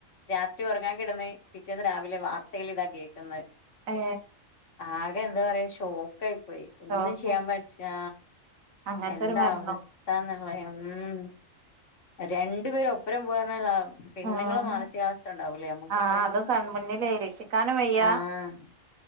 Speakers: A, on the left; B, on the right.
A: രാത്രി ഉറങ്ങാൻ കിടന്ന് പിറ്റേന്ന് രാവിലെ വാർ ത്തകളിൽ ഇതാ കേൾക്കുന്നത്
B: ഏ
A: ആകെ എന്താ പറയാ ഷോക്കായി പോയി ഒന്നും
B: ഷോക്കായി
A: ചെയ്യാൻ പറ്റില്ല
B: അങ്ങനത്തൊരു
A: എന്താ
B: മരണോ
A: അവസ്ഥന്ന് പറയാ ഉം രണ്ടു പേര് ഒപ്പനേ പോവാ പറഞ്ഞാൽ പെണ്ണുങ്ങളെ
B: ഉം
A: മാനസികാവസ്ഥ ഉണ്ടാവൂലേ നമുക്കിപ്പോ
B: ആഹ് അതും കൺമുന്നിലേ രക്ഷിക്കാനും വയ്യ
A: ആഹ്